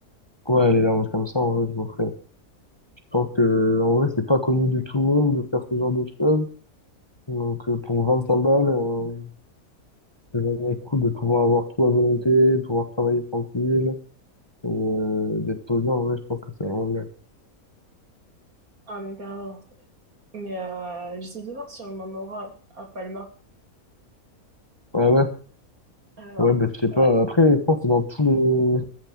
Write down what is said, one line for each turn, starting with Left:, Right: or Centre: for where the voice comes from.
Left: Ouais, aller là comme ça, en vrai, je m'en ferais. Je pense que, en vrai, c'est pas connu de tout le monde de faire ce genre de choses. Donc, euh, pour 25 balles, euh, c'est vraiment cool de pouvoir avoir tout à volonté, de pouvoir travailler tranquille, et euh, d'être posé, en vrai, je pense que c'est vraiment bien.
Right: Ah, mais carrément. Mais euh, j'essaie de voir si on en aura à Palma.
Left: Ouais, ouais.
Right: Alors,
Left: Ouais, bah, je sais pas.
Right: ouais.
Left: Après, je pense que c'est dans tous les,